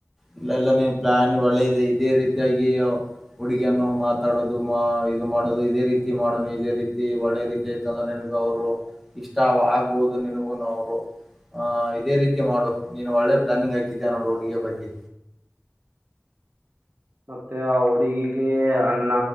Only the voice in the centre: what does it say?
ಇಲ್ಲ ಎಲ್ಲ ನೀನು ಪ್ಲಾನ್ಿ ಒಳ್ಳೆ ಇದೆ ಇದೇ ರೀತಿಯಾಗಿ ಹುಡುಗಿಯನ್ನು ಮಾತಾಡೋದು ಇದು ಮಾಡೋದು ಇದೇ ರೀತಿ ಮಾಡೋ ನೀ ಇದೇ ರೀತಿ ಒಳ್ಳೆ ರೀತಿ ತಂದ್ರೆ ನಿನಗೂ ಅವರು ಇಷ್ಟ ಆಗ್ಬಹುದು ನಿನಗೂ ಅವರು್ ಇದೇ ರೀತಿ ಮಾಡು ನೀನು ಒಳ್ಳೆ ಪ್ಲಾನಿಂಗ್ ಹಾಕಿದ ನೋಡು ಹುಡುಗ ಬಗ್ಗೆ